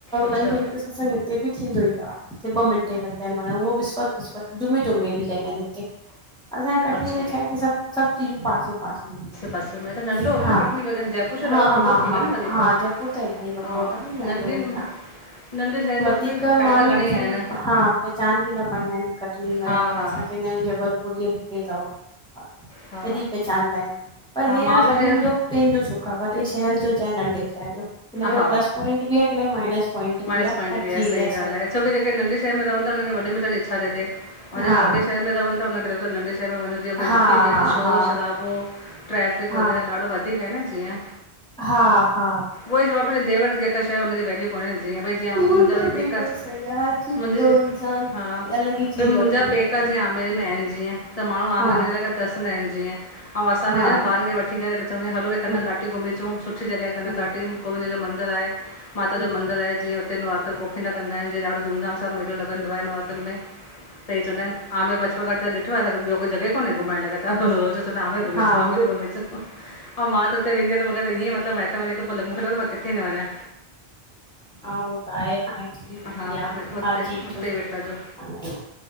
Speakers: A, on the left; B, in the centre.
A: अच्छा
B: लंजन सतसंग उते बि थींदो ई आहेे ॿ मिंटे लॻंदा आहिनि विसपत विसप जुमे जूमे। बि कंदा एन उते। असांजी कटनी
A: अच्छा
B: में छा आहे की सभु सभु चीजूं पासे पासे ईंदियूं
A: पासे में त नंढो हूंदो
B: हा
A: न कटनी वधे जयपुर शहर
B: हा
A: ॾाढो वॾो
B: हा
A: थी
B: हा
A: वियो न वरी पोइ
B: हा जयपुर त इलाही वॾो
A: हा
B: आ कॾी नंढो
A: नंढे
B: हूंदो आ।
A: नंढे शहरनि
B: वधीक
A: जो बि फ़ाइदा
B: माण्हू
A: घणेई आहिनि
B: हा पहचान बि न पाईंदा ऐन कटनी वी
A: हा हा
B: असां। नयो जबलपुर इयो हिते तव। हा
A: हा
B: तॾहिं पहचानंदा आहिनि पर हे हा
A: मां बि
B: सभिनि
A: जे
B: जो पंहिंजो सुख आ वॾे शहर जो चाहे नंढे शहर जो। हिन में
A: हा
B: प्लस पॉइंट बि आहे की माइनस पोइंट
A: माइनस
B: बि आहे
A: पॉइंट
B: हर चीज
A: सही
B: आ
A: ॻाल्हि आहे छो की जेके नंढे शहर में रवन ता हुनखे वॾे मेंढ इच्छा थए ऐं जेेके
B: हा
A: वॾे शर में रहनिा हुनखेॻ नढे शर में वञो जीअ भई
B: हा
A: दुखी थिए
B: हा
A: त शोर
B: हा
A: शराबो ट्रैफिक
B: हा
A: वग़ैरह ॾाढो वधीक आहे न जीअं
B: हा हा।
A: उई चवां पी न थे वट जेका शइ हुनजी वैल्य को जीअं भई जीअं
B: उहो
A: मुंहिंजा
B: त
A: ई
B: बिल्कुलु
A: पेका,
B: सही आहे हर चीज
A: मुंहिंजे
B: ॿियो इंसान
A: हा
B: अलॻि ई चीज
A: भई मुंहिंजा
B: वठनि चाहिंजे
A: पेका जीअं आमेर में एन जीअं त माण्हू आमेर
B: हा
A: वञ ल त तसि वेंदाआहिन जीअं अंउं असां
B: हा
A: वेंदाय ॿारन खे वठी करे त चंदआआहिय हलो भई कनकघाटी
B: हम
A: घुमीचुं सुठी जॻहि कनकघाटी।
B: हम
A: गोविंद देव जो मंदरु आहे माता
B: हम
A: जो मंदरु आहे जीअं उते नुरातरन पोखींदा कंदा आहिन जीअं ॾाढो धूमधाम सां मेलो लॻंदो आहे नवरातनि में। त हि चवंद आहिन हम में बचपनगट त ॾिठो आहे अ ॿियो कोई जगह कोन्हे घुमाण लाय। आमेर घुमेचो
B: हा
A: आमेर घुमीचो ऐं मां त हुते वेंदी त मूंखे त इअं मतिलब माईट वञ पल मूंखे लजे थो मां किथे न वञा।
B: हा उहो त आहे हाणे ठीकु
A: हा
B: ई आहे
A: भई उते
B: हाजी
A: उते
B: जो
A: ई वेठा हुजो
B: हलाए।